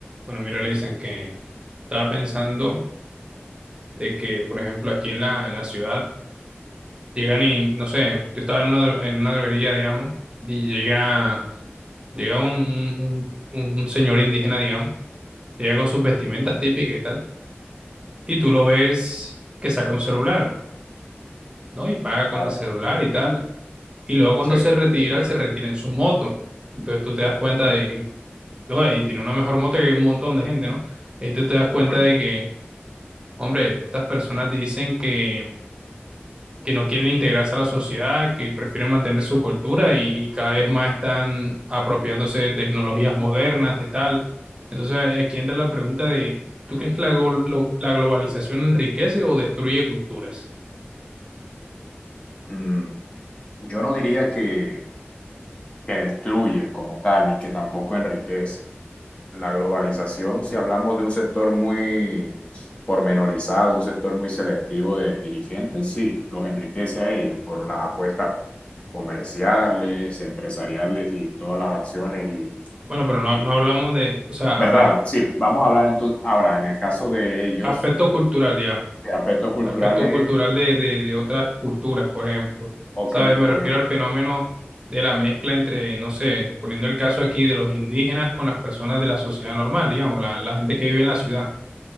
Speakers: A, on the right (about 25°); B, on the left (about 25°).
A: Bueno, mira, le dicen que estaba pensando de que, por ejemplo, aquí en la, en la ciudad llegan y, no sé, yo estaba en una, dro- en una droguería, digamos, y llega, llega un, un- un- un señor indígena, digamos, llega con sus vestimentas típicas y tal, y tú lo ves que saca un celular, ¿no? Y paga con
B: Claro,
A: el celular y tal, y luego cuando
B: sí.
A: se retira, él se retira en su moto. Entonces tú te das cuenta de, "Oye, y tiene una mejor moto que un montón de gente, ¿no? Y tú te das cuenta
B: <clears throat>
A: de que, hombre, estas personas dicen que que no quieren integrarse a la sociedad, que prefieren mantener su cultura y, y cada vez más están apropiándose de tecnologías modernas, de tal. Entonces a- aquí entra la pregunta de, ¿tú crees que la, gol- lo- la globalización enriquece o destruye culturas?
B: Mm, mm, Yo no diría que, que destruye como tal, ni que tampoco enriquece. La globalización, si hablamos de un sector muy pormenorizado, un sector muy selectivo de dirigentes, sí, los enriquece a ellos por las apuestas comerciales, empresariales y todas las acciones y
A: Bueno, pero no,
B: que-
A: no hablamos de, o sea,
B: ¿verdad?
A: hablemos
B: Sí, vamos a hablar entonces ahora en el caso de ellos,
A: aspecto cultural, digamos.
B: de aspectos culturales,
A: aspecto cultural de, de, de otras culturas, por ejemplo.
B: ok,
A: ¿Sabes? Me
B: pues
A: refiero al fenómeno de la mezcla entre, no sé, poniendo el caso aquí de los indígenas con las personas de la sociedad normal, digamos, la, la gente que vive en la ciudad.